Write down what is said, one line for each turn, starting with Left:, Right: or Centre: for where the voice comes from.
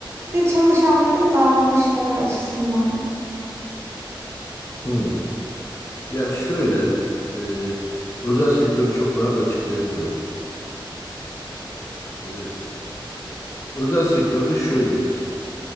Right: Bir de çalışanların davranışları açısından.
Left: Hmm. Ya şöyle, e, özel sektörü çok rahat açıklayabilirim. E, özel sektörde şöyledir.